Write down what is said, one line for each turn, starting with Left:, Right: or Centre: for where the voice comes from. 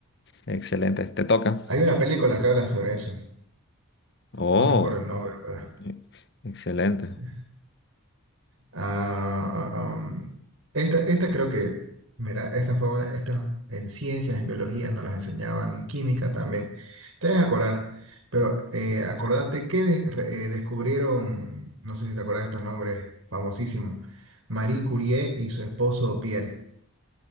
Left: Excelente. Te toca.
Right: Hay una película que habla sobre eso.
Left: Oh,
Right: No recuerdo el nombre, pero
Left: e- excelente.
Right: sí. Ah, ah, um, esta, esta creo que, mira, esta fue una, estas en ciencias, en biología, nos las enseñaban, en química también. Te debes acordar, pero eh, acordate que de- re- eh, descubrieron, no sé si te acuerdas de estos nombres famosísimos, Marie Curie y su esposo Pierre.